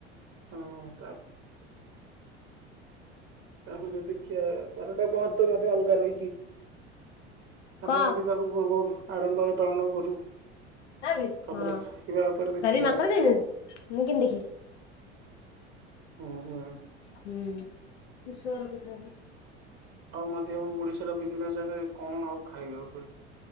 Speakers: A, on the right; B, on the left.
A: ହଁ ତା ଆ ଯଦି ଦେଖିିବା। ତାରଗୋଟେ ମହତ୍ତ୍ଵ ମଧ୍ୟ ଅଲଗା ରହିଛି।
B: କଁ
A: ଆମେ ମଧ୍ୟ ତାକୁ ବହୁତ ଆଡ଼ମ୍ବରରେ ପାଳନ କରୁ।
B: ହଁ ବାରିରେ
A: ତାପରେ ଖାଇବା ଉପରେ ଦେଖିଲେ
B: ମାଙ୍କଡ ଯାଇନାହାନ୍ତି। ମୁଁ କେମିତି ଦେଖିଲି?
A: ହଁ -ହଁ।
B: ହୁଁ, ପୁଷର କଥା ହବ।
A: ଆଉ ମଧ୍ୟ ଓଡିଶାର ବିଭିନ୍ନ ଜାଗାରେ କଣ ଆଉ ଖାଇବା ଉପରେ?